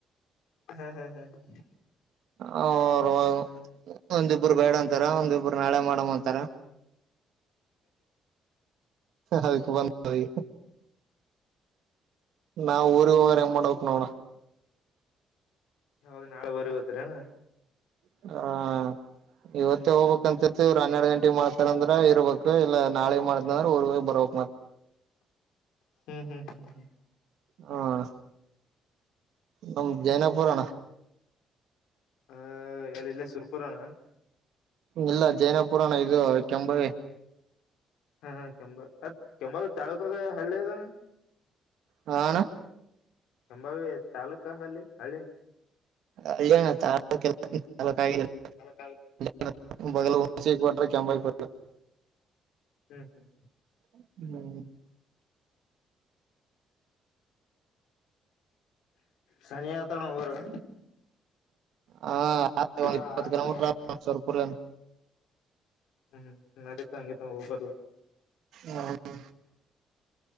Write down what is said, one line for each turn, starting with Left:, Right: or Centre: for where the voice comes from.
Left: ಹಾ ಹಾ ಹಾ ಹ್
Right: ಅ ಅವ್ರು ಒಂದಿಬ್ಬರು ಬೇಡ ಅನ್ ತಾರ ಒಂದಿಬ್ರು ನಾಳೆ ಮಾಡಮ್ ಅಂತಾರ. ಅದಕ್ಕೆ ಬಂದ್ವಿ ನಾ ಊರಿಗ್ ಹೋಗೊರೆಂಗ್ ಮಾಡ್ಬೇಕ್ ನೋಡು.
Left: ಯಾವಾಗ ನಾಳೆ ಊರಿಗ್ ಹೋಗ್ತಿರೇನ.
Right: ಏ ಹಾ ಇವತ್ತೇ ಹೋಗ್ಬೇಕ ಅಂತಿತರ್ತಿವ್ ಇವ್ರು ಹನ್ನೆರಡ್ ಗಂಟೆಗೆ ಮಾಡ್ತಾರ ಅಂದ್ರ ಇರ್ಬೇಕು ಇಲ್ಲ ನಾಳೆ ಮಾಡ್ತೀನ್ ಅಂದ್ರ ಊರ್ಗ್ ಹೋಗ್ ಬರ್ಬೇಕ್ ಮತ್
Left: ಹ್ಮ್ ಹ್ಮ್ ಹ್ಮ್ ಹ್ಮ್
Right: ಹಾ ಅಣ ನಮ್ ಜೈನಪುರಣ್ಣ
Left: ಹ ಎಲ್ ಇಲ್ಲೇ ಸುರ್ಪುರನ
Right: ಇಲ್ಲ ಜೈನಪುರಾಣ ಇದು ಕೆಂಬರಿ
Left: ಹಾ ಕೆಂಬ ಅದ ಕೆಂಬಾಳ ತಾಲೂಕದ ಹಳ್ಳಿ ಅದಣ್ಣ
Right: ಹಾ ಅಣ
Left: ಸಂಬಾವಿ ತಾಲೂಕ ಹಲ್ಲಿ ಹಳ್ಳಿ.
Right: ಹಳ್ಳಿಯಣ ತಾಲೂಕ್ <unintelligible>
Left: ತಾಲೂಕ್ ಆಯಿ
Right: ಣ ಬದಲು ವಸಿ ಕೊಟ್ರೆ <unintelligible>
Left: ಹ್ಮ್ ಹ್ಮ್
Right: ಹ್ಮ್
Left: ಸರಿ ಆತಣ ಊರು
Right: ಹಾ ಆತು
Left: ಹಾ
Right: ಒಂದ್ ಇಪ್ಪತ್ತ್
Left: ಆತ.
Right: ಕಿಲೋಮೀಟರ್ ಆತು ಸುರಪುರ.
Left: ಹ್ಮ್ ನಡತ ಹಂಗೆ ತ ಹೋಬರ್ಲ.
Right: ಯಾವ್ದು